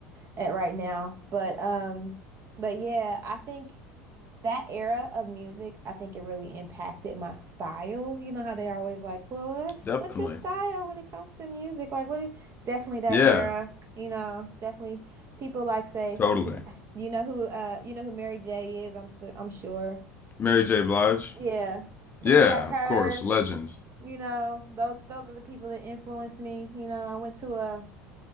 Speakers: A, on the right; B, on the left.
A: at right now. But um but yeah, I think that era of music, I think it really impacted my style. You know how they're always like, "Well, what-
B: Definitely.
A: what's your style when it comes to music?" Like what is definitely that
B: Yeah,
A: era, you know, definitely people like say,
B: totally.
A: yeah, you know who uh you know who Mary J is, I'm su I'm sure.
B: Mary J. Blige.
A: Yeah. People
B: Yeah,
A: like her,
B: of course. Legend.
A: you know, those those are the people that influenced me. You know, I went to a